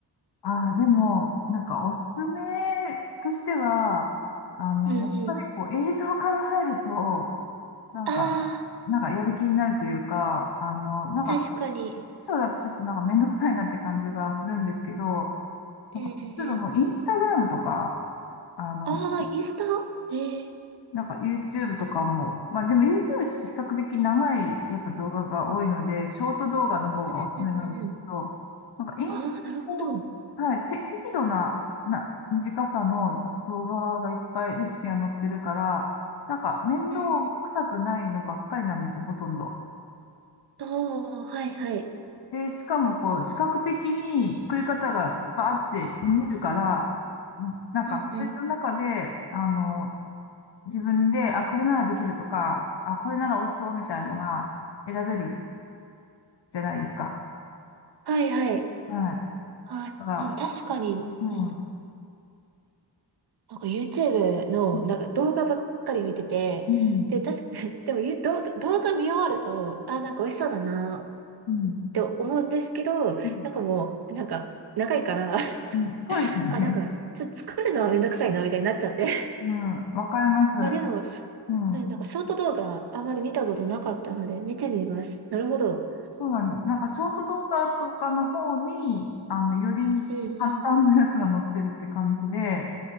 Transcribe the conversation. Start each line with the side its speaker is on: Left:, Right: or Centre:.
Left: あああ、でも、なんかおすすめとしては、あの、
Right: うんうん。
Left: やっぱりこう映像から入ると、なんか、
Right: ああ、
Left: なんかやる気になるというか、あの、なんか、
Right: 確かに。
Left: ショーだとちょっとなんかめんどくさいなって感じがするんですけど、
Right: うんうんうん。
Left: なんか、例えばもうインスタグラムとか、あの、
Right: ああ、インスタええ
Left: なんか YouTube とかも、まあでも YouTube ちょっと比較的長いやっぱ動画が多いので、ショート動画の方がおすすめなんですけど、
Right: うんうんうん。
Left: なんかインスタも、
Right: ああ、なるほど。うん
Left: はい、て、適度な、な、短さの動画がいっぱいレシピが載ってるから、なんか面倒くさくないのばっかりなんですよ、
Right: うん。
Left: ほとんど。
Right: ああ、はいはい。
Left: で、しかもこう、視覚的に作り方がバーって見えるから、なんかそれの中で、
Right: うんうん。
Left: あの、自分で、あ、これならできるとか、あ、これなら美味しそうみたいのが選べる
Right: うんうん
Left: じゃないですか。
Right: はいはい。
Left: はい。
Right: ああ、
Left: だから、
Right: うん、確かに、
Left: 結構、
Right: うん。
Left: うん、
Right: なんか YouTube の、
Left: うん、
Right: なんか動画ばっかり見てて、
Left: うん、
Right: で、確か、<laughs> でもゆ動画、動画見終わると、ああ、なんか美味しそうだなっ
Left: うん、
Right: て思うんですけど、
Left: う
Right: なんかもう、なんか長いから、<laughs>
Left: んそうですよね。
Right: あ、なんか、ちょ、作るのはめんどくさいな、みたいになっちゃって。
Left: うん、わかります。
Right: あ、でも、すうんなんかショート動画あんまり見たことなかったので見てみます。
Left: うん。
Right: なるほど。
Left: そうなんです。なんか、ショート動画とかの方に、あの、より
Right: うんう
Left: 簡単なやつが載ってるって感じで、
Right: ん。